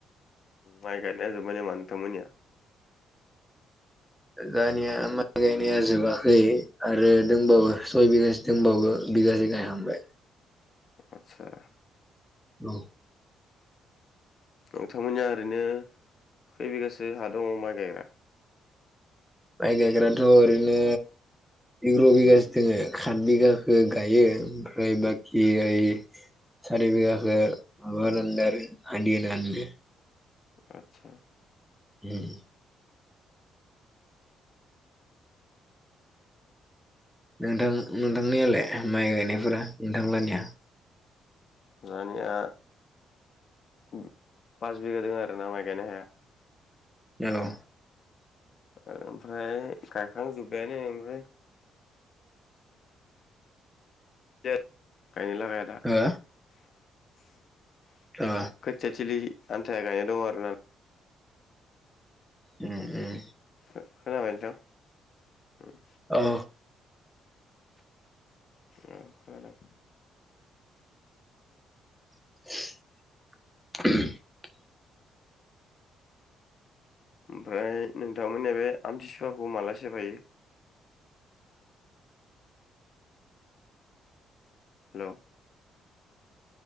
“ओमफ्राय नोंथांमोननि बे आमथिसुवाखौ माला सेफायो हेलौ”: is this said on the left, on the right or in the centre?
Left